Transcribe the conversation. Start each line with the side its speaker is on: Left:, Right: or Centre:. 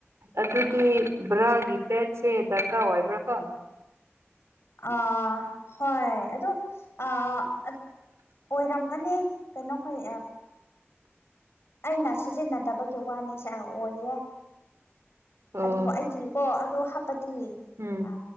Right: ꯑꯗꯨꯗꯤ ꯕ꯭ꯔꯥꯒꯤ ꯄꯦꯠꯁꯦ ꯗꯔꯀꯥꯔ ꯑꯣꯏꯕ꯭ꯔꯥ ꯀꯣ
Left: ꯑꯥ ꯍꯣꯏ ꯑꯗꯨ ꯑꯥ ꯑꯣꯏꯔꯝꯒꯅꯤ ꯀꯩꯅꯣꯈꯣꯏ ꯑꯩꯅ ꯁꯤꯖꯤꯟꯅꯗꯕꯒꯤ ꯋꯥꯅꯦꯁꯦ ꯌꯥꯝ ꯑꯣꯏꯌꯦ
Right: ꯑꯣ
Left: ꯑꯗꯨꯕꯨ ꯑꯩꯗꯤ ꯀ ꯑꯗꯣ ꯍꯥꯞꯄꯠꯇꯗꯤ
Right: ꯎꯝ
Left: ꯑ